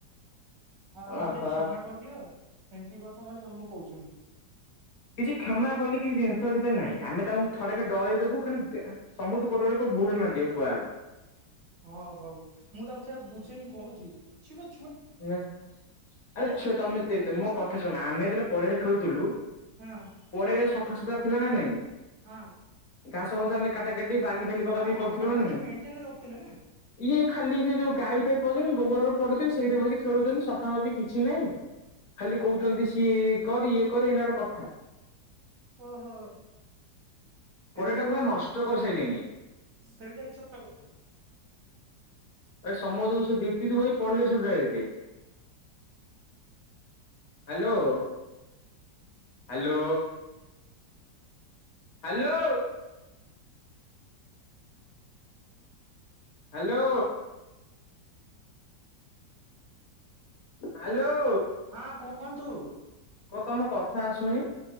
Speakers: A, on the right; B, on the left.
A: ହ ଆମକୁ
B: ଓହୋ
A: ଟିକେ କ୍ଷମା କରିଦିଅ ଏମିତି କଥା ବୋଲି ଆମକୁ କହୁଛନ୍ତି।
B: କିଛି କ୍ଷମା ବୋଲି କିଛି ଜିନିଷ ଭିତରେ ନାହିଁ ଆମେ ତାଙ୍କୁ ଥରେ ରେ ଡାଇଦବୁ ଖାଲି ସମସ୍ତେ ପୋଟରେ ଭୁଲ ମାଗିବାକୁ କୁହାହବ।।
A: ହଉ ହଉ ମୁଁ ତାଙ୍କୁ ସେ ବୁଝେଇି କହୁଛିିବ
B: ନା ଆରେ ଛୁଅ
A: ଆମର
B: ତମେ
A: ଏଇ ଯୋଉ
B: ତେ
A: ଜେଞ୍ଜି
B: ତେ ମୋ
A: ଛୁଆ
B: କଥା ଶୁଣ ଆମେ ଯେତେବେନେ ପଡିଆରେ ଖେଳୁଥିଲୁ।
A: ହଁ
B: ପଡ଼ିଆ କେ ସଫା ସୁତୁର ଥିଲା ନା ନାଇଁ।
A: ହଁ।
B: ଘାସ ଫାଶ ଆମେ କାଟା କାଟି। ବି ବାଲି ଫାଲି ପକା ପକି
A: ଆ
B: ବି କରିୁଥିଲୁ
A: ଆମେ
B: ନା
A: ଭାଇ
B: ନାଇ
A: ମେଣ୍ଟେନ ରଖୁଥିଲେ ନା
B: ଇଏ ଖାଲି ସେ ଯୋଉ ଗାଈ ଫାଇ ପଉଛନ୍ତି। ଗୋବରରୁ ପଡୁଛି ସେଇଠି ବସ ଖେଳୁଛନ୍ତି ସଫାସଫି କିଛି ନାହିଁ। ଖାଲି କହୁଛନ୍ତି
A: ଓ
B: ସିଏ ଇଏ କରିରେ ଇଏ କରିରେ ଏଇଟା ଗୋଟେ କଥା
A: ଓ ହୋ।
B: ପଡିଆଟାକୁ
A: ଏମିତିଆ କଥା,
B: ବା ନଷ୍ଟ କରିସାରିଲେଣି।
A: ସେଇଟା ବି ସତ କଥା।
B: ଆରେ ସମସ୍ତଙ୍କୁ, ସେ ଦୀପ୍ତି ଦି ବହି ପଢିଲେ direct. Hello, hello. Hello. Hello. Hello.
A: ହଁ, କୁହନ୍ତୁ।
B: କ ତମ କଥା ଆସୁନି।